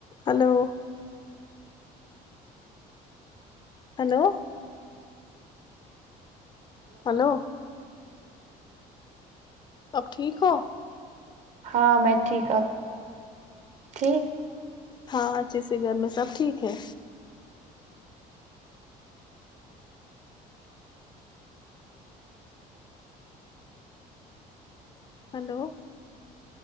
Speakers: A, on the left; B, on the right.
A: hello hello hello اب ٹھیک ہو
B: ہاں میں ٹھیک ہ ٹھیک
A: ہاں اچھے سے گھر میں سب ٹھیک ہے ہلو